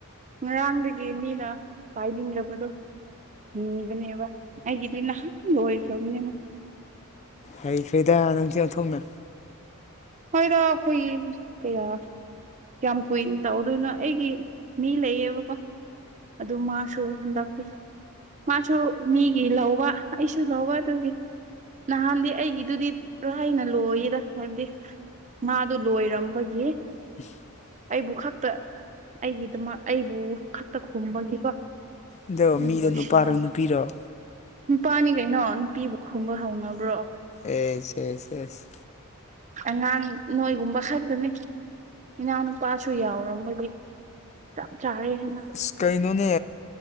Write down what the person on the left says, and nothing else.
ꯍꯩꯈ꯭ꯔꯦꯗ ꯅꯪꯁꯦ ꯑꯣꯟꯊꯣꯛꯅ꯫
<unintelligible>
ꯑꯗꯣ
ꯃꯤꯗꯣ
ꯅꯨꯄꯥꯔꯣ ꯅꯨꯄꯤꯔꯣ
ꯑꯦ ꯁꯦꯁ ꯁꯦꯁ꯫
<unintelligible> ꯀꯩꯅꯣꯅꯦ꯫